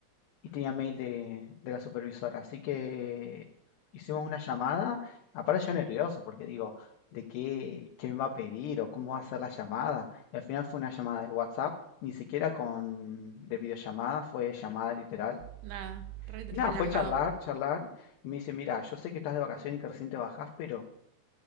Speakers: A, on the left; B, on the right.
A: y tenía mail de, de la supervisora. Así que hicimos una llamada. Aparte yo nervioso porque digo, ¿de qué, qué me va a pedir o cómo va a ser la llamada? Y al final fue una llamada de WhatsApp, ni siquiera con de videollamada, fue llamada literal.
B: Nada, re- relajado.
A: Y nada, fue charlar, charlar. Y me dice, mira, yo sé que estás de vacaciones y que recién te bajás, pero